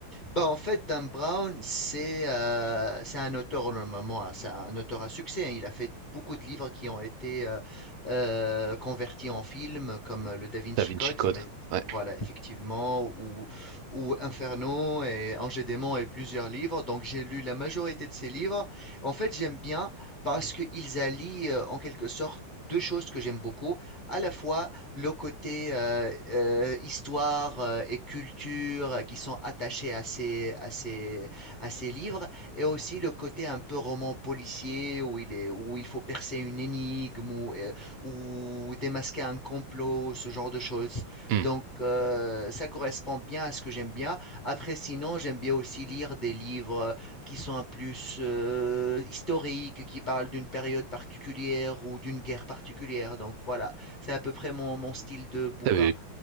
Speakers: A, on the left (about 55°); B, on the right (about 90°).
A: Bah, en fait, Dan Brown, c'est euh, c'est un auteur normalement, hein, c'est un auteur à succès. hein. Il a fait beaucoup de livres qui ont été euh, euh, convertis en films, comme euh, le Da Vinci
B: Da Vinci
A: Code,
B: Code.
A: j'imagine-
B: Ouais.
A: voilà, effectivement, ou, ou Inferno et Ange et Démon et plusieurs livres. Donc, j'ai lu la majorité de ces livres. En fait, j'aime bien parce qu'ils allient euh, en quelque sorte deux choses que j'aime beaucoup, à la fois le côté euh, euh, histoire euh, et culture euh, qui sont attachés à ces, à ces, à ces livres, et aussi le côté un peu roman policier où il est, où il faut percer une énigme ou, euh, ou démasquer un complot, ce genre de choses.
B: Hmm.
A: Donc euh, ça correspond bien à ce que j'aime bien. Après, sinon, j'aime bien aussi lire des livres qui sont un plus euh, historiques, qui parlent d'une période particulière ou d'une guerre particulière. Donc voilà. C'est à peu près mon, mon style de bouquin.
B: Ah, mais